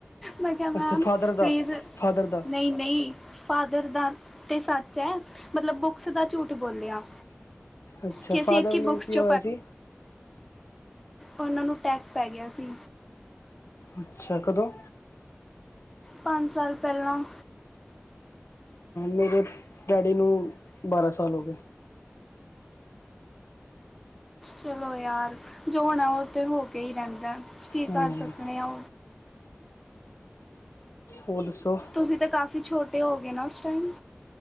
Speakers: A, in the centre; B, on the left.
A: ਮੈ ਕਿਹਾ, ਮੈਮ
B: ਅੱਛਾ ਫਾਦਰ ਦਾ
A: ਪੁਲੀਸ,
B: ਫਾਦਰ ਦਾ
A: ਨਹੀਂ। ਨਹੀਂ ਫਾਦਰ ਦਾ ਤੇ ਸੱਚ ਹੈ। ਮਤਲਬ ਬੁੱਕਸ ਦਾ ਝੂਠ ਬੋਲਿਆ।
B: ਅੱਛਾ
A: ਕਿ ਅਸੀਂ
B: ਫਾਦਰ
A: ਇੱਕ ਹੀ
B: ਨੂੰ
A: ਬੁੱਕਸ
B: ਕੀ
A: ਚ'
B: ਹੋਇਆ ਸੀ
A: ਉਹਨਾਂ ਨੂੰ ਅਟੈਕ ਪੈ ਗਿਆ ਸੀ।
B: ਅੱਛਾ ਕਦੋਂ?
A: ਪੰਜ ਸਾਲ ਪਹਿਲਾਂ।
B: ਮੇਰੇ ਡੈਡੀ ਨੂੰ ਬਾਰ੍ਹਾਂ ਸਾਲ ਹੋ ਗਏ।
A: ਚਲੋ ਯਾਰ, ਜੋ ਹੁਣਾ ਉਹ ਤੇ ਹੋ ਕੇ ਹੀ ਰਹਿੰਦਾ। ਕੀ
B: ਹਾਂਜੀ
A: ਕਰ ਸਕਦੇ ਆ।
B: ਹੋਰ ਦੱਸੋ।
A: ਤੁਸੀਂ ਤਾਂ ਕਾਫੀ ਛੋਟੇ ਹੋ ਗਏ ਨਾ ਉਸ ਟਾਈਮ।